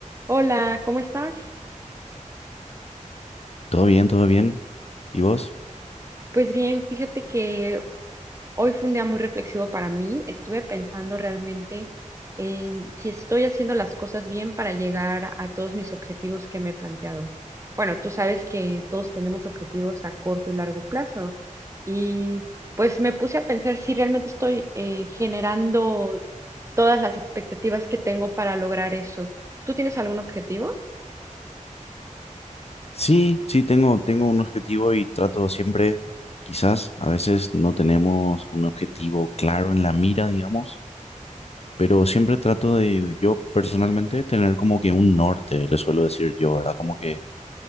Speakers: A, on the right; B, on the left.
A: Hola, ¿cómo estás?
B: Todo bien, todo bien. ¿Y vos?
A: Pues bien, fíjate que hoy fue un día muy reflexivo para mí. Estuve pensando realmente en si estoy haciendo las cosas bien para llegar a todos mis objetivos que me he planteado. Bueno, tú sabes que todos tenemos objetivos a corto y largo plazo y pues me puse a pensar si realmente estoy eh, generando todas las expectativas que tengo para lograr eso. ¿Tú tienes algún objetivo?
B: Sí, sí, tengo, tengo un objetivo y trato siempre, quizás a veces no tenemos un objetivo claro en la mira, digamos, pero siempre trato de, yo personalmente, tener como que un norte, le suelo decir yo, ¿verdad? Como que,